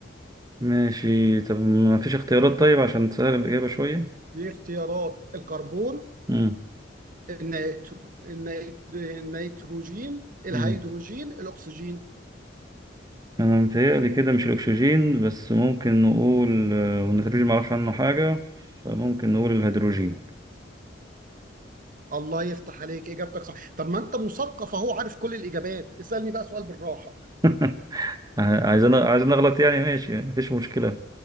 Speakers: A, on the right; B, on the right.
A: ماشي طب ما فيش اختيارات طيب عشان تسهل الاجابه شويه
B: في اختيارات الكربون
A: مم.
B: النيترو- النيت- النيتروجين الهيدروجين
A: مم.
B: الاكسجين
A: انا متهيألي كده مش الاكسجين بس ممكن نقول آه، والنيتروجين معرفش عنه حاجة فممكن نقول الهيدروجين
B: الله يفتح عليك اجابتك صح طب ما انت مثقف اهو عارف كل الاجابات اسالني بقى سؤال بالراحه
A: <laughs> عايز أنا عايز أنا اغلط يعني ماشي مفيش مشكلة